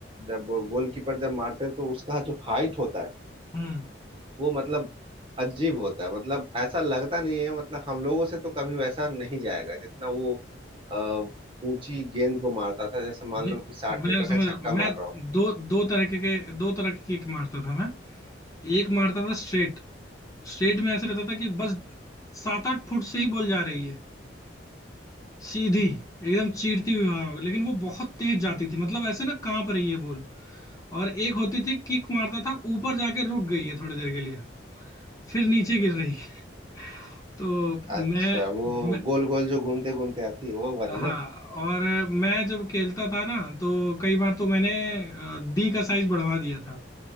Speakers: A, on the right; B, on the left.
A: जब गोलकीपर जब मारते हैं तो उसका जो हाइट होता है
B: हम्म
A: वो मतलब अजीब होता है मतलब ऐसा लगता नहीं है मतलब हम लोगों से तो कभी वैसा नहीं जाएगा जितना वो अ, ऊंची गेंद को मारता था जैसे मान
B: नहीं,
A: लो कि साठ
B: मैं
A: मीटर
B: समझ
A: का छक्का
B: रहा हूँ। मैं
A: मार रहा हो
B: दो दो तरह के के- दो तरह के किक मारता था मैं एक मारता था स्ट्रेट स्ट्रेट में ऐसा रहता था कि बस सात आठ फुट से ही बॉल जा रही है सीधी एकदम चीरती हुई हवा लेकिन वो बहुत तेज जाती थी मतलब ऐसे ना कांप रही है बॉल और एक होती थी किक मारता था ऊपर जाके रुक गई है थोड़ी देर के लिए फिर नीचे
A: अच्छा अच्छा
B: गिर रही है तो मैं,
A: अच्छा वो
B: मैं
A: गोल गोल जो घूमते घूमते आती है वो वाली
B: हाँ
A: ना
B: और मैं जब खेलता था ना तो कई बार तो मैंने अ, डी का साइज बढ़वा दिया था